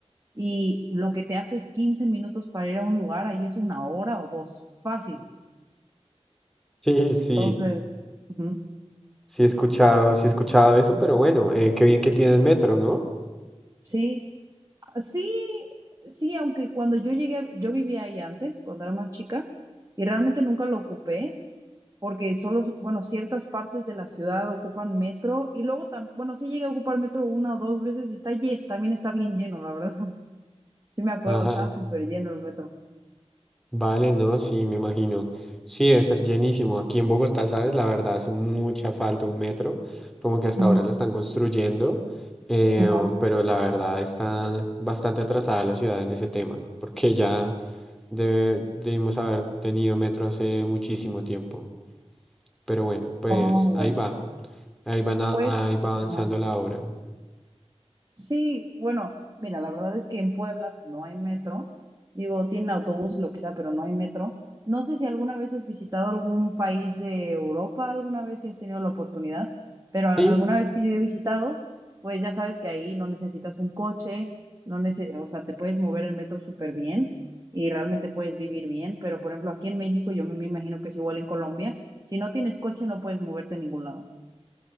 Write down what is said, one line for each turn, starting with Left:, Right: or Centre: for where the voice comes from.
Right: Y lo que te hace es 15 minutos para ir a un lugar, ahí es una hora o dos, fácil.
Centre: Sí, sí.
Right: Entonces, ujú.
Centre: Sí he escuchado, sí he escuchado eso, pero bueno, eh, qué bien que tienes metro, ¿no?
Right: Sí, sí, sí, aunque cuando yo llegué, yo vivía ahí antes, cuando era más chica, y realmente nunca lo ocupé, porque solo, bueno, ciertas partes de la ciudad ocupan metro y luego, tam- bueno, sí llegué a ocupar metro una o dos veces y está lle- también está bien lleno, la verdad. <laughs> Sí me acuerdo,
Centre: Ajá,
Right: estaba súper lleno el metro.
Centre: vale, no, sí, me imagino. Sí, debe ser llenísimo. Aquí en Bogotá, sabes, la verdad hace mucha falta un metro, como que hasta
Right: Ujú,
Centre: ahora lo están construyendo, eh,
Right: ajá.
Centre: pero la verdad está bastante atrasada la ciudad en ese tema, porque ya debe- debimos haber tenido metro hace muchísimo tiempo. Pero bueno, pues
Right: Oh, bueno,
Centre: ahí va, ahí van a-
Right: pues,
Centre: ahí va avanzando
Right: ajá.
Centre: la obra.
Right: Sí, bueno, mira, la verdad es que en Puebla no hay metro. Digo, tienen autobús y lo que sea, pero no hay metro. No sé si alguna vez has visitado algún país de Europa, alguna vez si has tenido la oportunidad, pero a-
Centre: Sí,
Right: alguna vez que yo he visitado, pues ya sabes que ahí no necesitas un coche, no nece- o sea, te puedes mover el metro súper bien y realmente puedes vivir bien, pero por ejemplo, aquí en México, yo me me imagino que es igual en Colombia, si no tienes coche no puedes moverte a ningún lado.